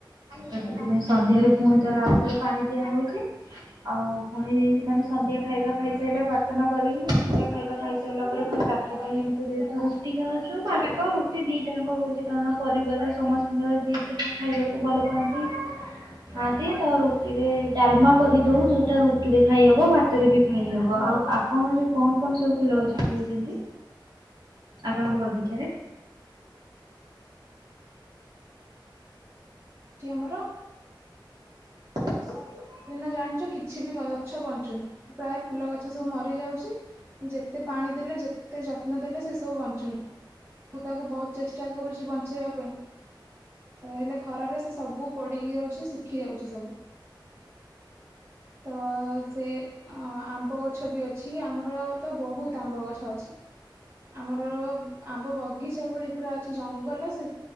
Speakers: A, on the right; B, on the right.
A: ତ ସେଥିପାଇଁ ସନ୍ଧ୍ୟାରେ ପୁଣି ଥରେ ଆଉଥରେ ପାଣି ଦିଆ ହଉଛି। ଆଉ ପୁଣି ମାନେ ସନ୍ଧ୍ୟା ଖାଇବା ଖାଇସାରିଲେ ପ୍ରାର୍ଥନା କରିକି ସନ୍ଧ୍ୟା ଖାଇବା ଖାଇ ସାରିଲା ପରେ ପୁଣି ରା ସେଥିପାଇଁ ଆମେତ ଯେହେତୁ ରୁଟି ଖାଉଚୁ ଆମେତ ରୁଟି ଭାତ ଦିଟାଙ୍କ ହଉଚି କାରଣ ପରିବାରର ସମସ୍ତେ ଦିନରେ ଯିଏ ଯାହା ଖାଇବାକୁ ଭଲ ପାଆନ୍ତି। ଖାନ୍ତି ତରୁଟିରେ ଡାଲମା କରିଦୋଉ ଯୋଉଟା ରୁଟିରେ ଖାଇହବ ଭା ଭାତରେବି ଖାଇ ହବ ଆଉ ଆପଣ ଯୋଉ କଣ କଣ ସବୁ ଫୁଲ ଗଛ ଲଗେଇଚନ୍ତି? ଆପଣଙ୍କ ବଗିଚାରେ?
B: ଏଠି ଆମର
A: <unintelligible>
B: ଏଇନା ଜାଣିଚ କିଛିବି ଗଛ ବଞ୍ଚୁନୀ ପ୍ରାୟ ଫୁଲ ଗଛ ସବୁ ମରିଯାଉଚି ଯେତେ ପାଣି ଦେଲେ ଯେ ଏତେ ଯତ୍ନ ଦେଲେ ସେସବୁ ବଞ୍ଚୁନି ମୁଁ ତାକୁ ବହୁତ୍ ଚେଷ୍ଟା କରୁଚି ବଞ୍ଚେଇବା ପାଇଁ। ତାହେଲେ ଖରାରେ ସେସବୁ ପୋଡ଼ିକି ଯାଉଚି ଶୁଖି ଯାଉଛି ସବୁ। ତ ଆଉସେ ଆଁ ଆମ୍ବ ଗଛବି ଅଛି ଆମରତ ବହୁତ୍ ଆମ୍ବ ଗଛ ଅଛି। ଆମର ଆମ୍ବ ବଗିଚା ଭଳି ପୁରା ଅଛି ଜଙ୍ଗଲ ସେ